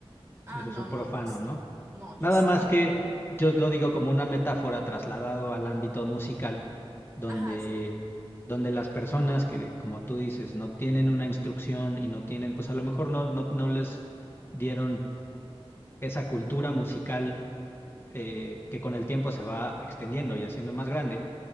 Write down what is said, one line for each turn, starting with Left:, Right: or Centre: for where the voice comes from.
Right: Ah,
Left: Eso
Right: no,
Left: es un profano,
Right: no, yo sí.
Left: ¿no?
Right: No,
Left: Nada
Right: yo sí.
Left: más que
Right: <laughs>
Left: yo lo digo como una metáfora trasladado al ámbito musical, donde,
Right: Ajá, sí, sí.
Left: donde las personas que, como tú dices, no tienen una instrucción y no tienen, pues a lo mejor no, no, no les dieron esa cultura musical eh, que con el tiempo se va extendiendo y haciendo más grande.